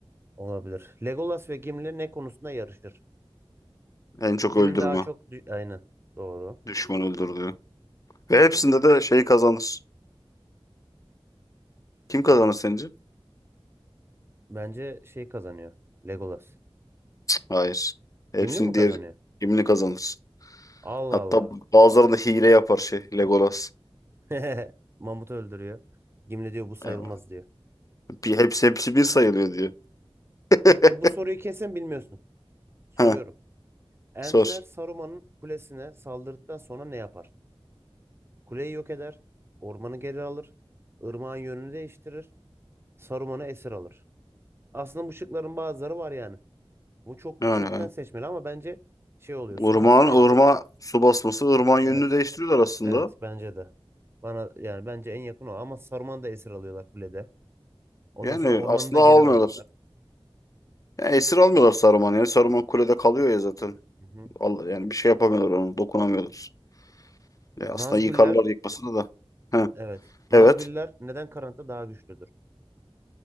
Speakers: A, on the right; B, on the left.
A: olabilir. Legolas ve Gimli ne konusunda yarışır?
B: En çok
A: Kimin
B: öldürme.
A: daha çok... dü- Aynen. Doğru.
B: Düşman öldürdüğü. Ve hepsinde de şey kazanır. Kim kazanır sence?
A: Bence şey kazanıyor. Legolas.
B: Hayır. Hepsini
A: Gimli mi kazanıyor?
B: diğer kimini kazanır.
A: Allah
B: Hatta
A: Allah.
B: bazılarında hile yapar şey Legolas.
A: <laughs> Mamut öldürüyor. Gimli diyor bu sayılmaz
B: Yani
A: diyor.
B: bir, hepsi hepsi bir sayılıyor diyor. <laughs>
A: Peki bu soruyu kesin bilmiyorsun. Soruyorum.
B: Ha,
A: Entler
B: sor.
A: Saruman'ın kulesine saldırdıktan sonra ne yapar? Kuleyi yok eder. Ormanı geri alır. Irmağın yönünü değiştirir. Saruman'ı esir alır. Aslında bu şıkların bazıları var yani. Bu çok
B: Yani
A: çoktan seçmeli ama bence şey oluyor. Su
B: ırmağın
A: basıyor ya.
B: ırmağa su basması ırmağın
A: Evet.
B: yönünü değiştiriyorlar aslında.
A: Evet bence de. Bana yani bence en yakın o ama Saruman'ı da esir alıyorlar kulede. Ondan
B: Yani
A: sonra ormanı
B: aslında
A: da geri
B: almıyorlar.
A: alıyorlar.
B: Yani esir almıyorlar Saruman'ı. Yani Saruman kulede kalıyor ya zaten.
A: Hı hı.
B: Allah, yani bir şey yapamıyorlar onu. Dokunamıyorlar. Ya
A: Nazgüller
B: aslında yıkarlar yıkmasını da. Ha,
A: evet. Nazgüller
B: evet.
A: neden karanlıkta daha güçlüdür?